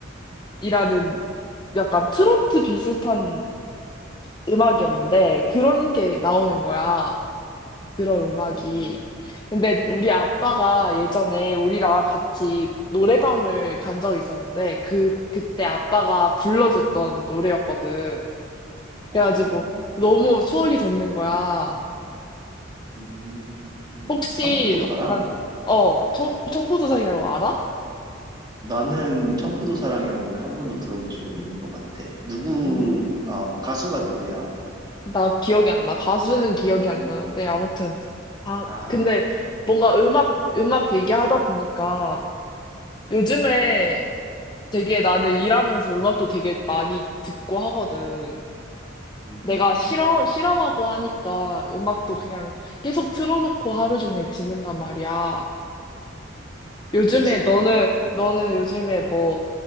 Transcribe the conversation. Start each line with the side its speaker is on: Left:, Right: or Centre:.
Left: 사랑이라는 약간 트로트 비슷한 음악이었는데 그런 게 나오는 거야. 그런 음악이.
Right: 음.
Left: 근데 우리 아빠가 예전에 우리랑 같이 노래방을 간 적이 있었는데 그, 그때 아빠가 불러줬던 노래였거든.
Right: 어,
Left: 그래가지고 너무 추억이 돋는 거야.
Right: 음, 음.
Left: 혹시
Right: 청포도사랑?
Left: 약간 어 청, 청포도상이라고 알아?
Right: 나는 청포도 사랑이라는 노래 한 번도 들어본 적이 없는 것 같아. 누구,
Left: 음,
Right: 아, 가수가 누구야?
Left: 나 기억이 안 나. 가수는 기억이 안 나는데 아무튼 아
Right: 아,
Left: 근데 뭔가 음악 음악 얘기하다 보니까 요즘에 되게 나는 일하면서 음악도 되게 많이 듣고 하거든.
Right: 음,
Left: 내가 실험 실험하고 하니까 음악도 그냥 계속 틀어놓고 하루 종일 지낸단 말이야. 요즘에
Right: 그치.
Left: 너는 너는 요즘에 뭐